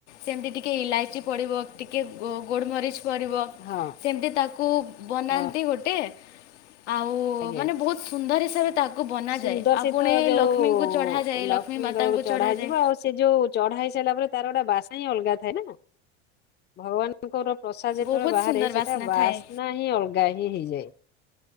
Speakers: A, on the left; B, on the left.
A: ସେମତି ଟିକିଏ ଇଲାଇଚି ପଡ଼ିବ ଟିକିଏ ଗୋ ଗୋଲମରିଚ ପଡ଼ିବ।
B: ହଁ
A: କେମତି ତାକୁ ବନାନ୍ତି
B: ହଁ
A: ଗୋଟେ ଆଉ
B: ଆଜ୍ଞା।
A: ମାନେ ବହୁତ ସୁନ୍ଦର ହିସାବରେ ତା କୁ ବନାଯାଏ
B: ସୁନ୍ଦର
A: ଆଉ
B: ସହିତ
A: ପୁଣି
B: ଯୋଉ
A: ଲକ୍ଷ୍ମୀଙ୍କୁ ଚଢ଼ାଯାଏ
B: ଲକ୍ଷ୍ମୀଙ୍କର
A: ଲକ୍ଷ୍ମୀ ମାତାଙ୍କୁ
B: ଚଢାଯିବ
A: ଚଢ଼ାଯାଏ।
B: ଆଉ ସେ ଯୋଉ ଚଢା ହେଇସାଇଲା ପରେ ତାର ଗୋଟେ ବାସ୍ନା ହିଁ ଅଲଗା ଥାଏ ନା। ଭଗବାନଙ୍କର ପ୍ରସାଦ ଯେତେବେଳେ
A: ବହୁତ
B: ବାହାରେ
A: ସୁନ୍ଦର
B: ସେଟା ବାସ୍ନା
A: ଥାଏ
B: ହିଁ ଅଲଗା ହିଁ ହେଇଯାଏ।